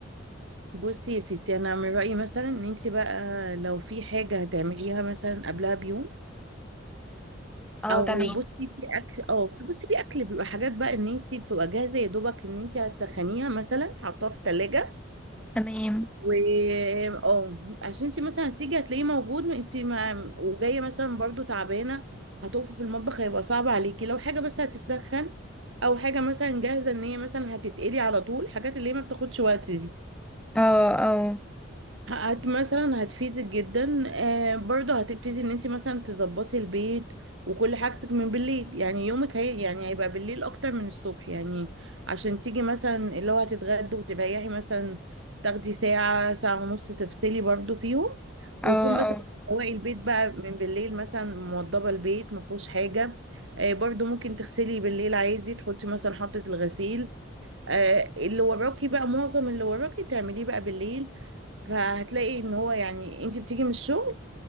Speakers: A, on the right; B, in the centre.
A: بصي يا ستي انا من رأيي مثلا ان انت بقى لو في حاجة هتعمليها مثلا قبلها بيوم
B: اه
A: او
B: تمام
A: بصي في اكل اه في- بصي في اكل بيبقى حاجات بقى ان انت بتبقى جاهزة يا دوبك ان انت هتسخنيها مثلا حطها في التلاجة
B: تمام
A: و اه عشان انت مثلا هتيجي هتلاقيه موجود انت ما وجايه مثلا برضو تعبانه هتقفي في المطبخ هيبقى صعب عليكي لو حاجه بس هتسخن او حاجه مثلا جاهزه ان هي مثلا هتتقلي على طول حاجات اللي هي ما بتاخدش وقت دي
B: اه اه
A: هت مثلا هتفيدك جدا آه برضه هتبتدي ان انت مثلا تظبطي البيت وكل حاجتك من بالليل يعني يومك هي يعني هيبقى بالليل اكتر من الصبح يعني عشان تيجي مثلا اللي هو هتتغدي وتريحي مثلا تاخدي ساعة ساعة ونص تفصلي برضه فيهم
B: اه
A: ويكون مثلا
B: اه
A: تروقي البيت بقى من بالليل مثلا موضبة البيت ما فيهوش حاجة آه برضه ممكن تغسلي بالليل عادي تحطي مثلا حطة الغسيل آه، اللي وراكي بقى معظم اللي وراكي تعمليه بقى بالليل فهتلاقي ان هو يعني انت بتيجي من الشغل